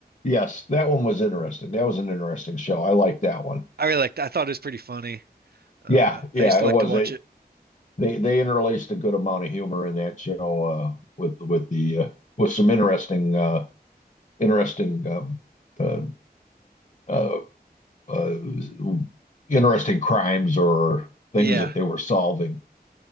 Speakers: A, on the left; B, on the right.
A: Yes, that one was interesting. That was an interesting show. I liked that one.
B: I really liked I thought it was pretty funny. Uh
A: Yeah, yeah,
B: I used to
A: it
B: like
A: was.
B: to watch
A: They
B: it.
A: they they interlaced a good amount of humor in that show uh, with with the uh, with some interesting uh, interesting um, uh, uh, uh, interesting crimes or things
B: Yeah.
A: that they were solving.